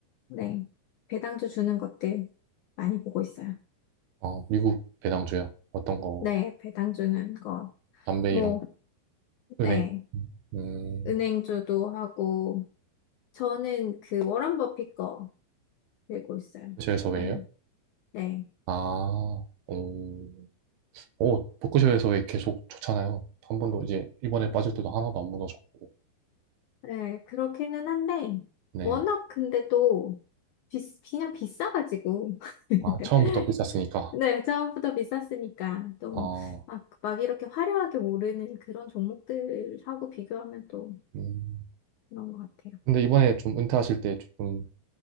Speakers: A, on the left (about 75°); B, on the right (about 85°).
A: 네. 배당주 주는 것들 많이 보고 있어요.
B: 어, 미국 배당주요? 어떤 거?
A: 네, 배당 주는 거.
B: 담배
A: 뭐,
B: 이런 거? 은행?
A: 네.
B: 음,
A: 은행주도 하고, 저는 그 워런 버핏 거 들고 있어요.
B: 복지에서 왜요?
A: 많이. 네.
B: 아, 음, 어, 복에서 왜 계속 좋잖아요. 한 번도 이제 이번에 빠질 때도 하나도 안 무너졌고.
A: 네, 그렇기는 한데,
B: 네.
A: 워낙 근데 또, 비, 그냥 비싸가지고. <laughs>
B: 아, 처음부터 비쌌으니까.
A: 네, 처음부터 비쌌으니까 또 뭐,
B: 아,
A: 막, 막 이렇게 화려하게 오르는 그런 종목들하고 비교하면 또
B: 음.
A: 그런 것 같아요.
B: 근데 이번에 좀 은퇴하실 때 조금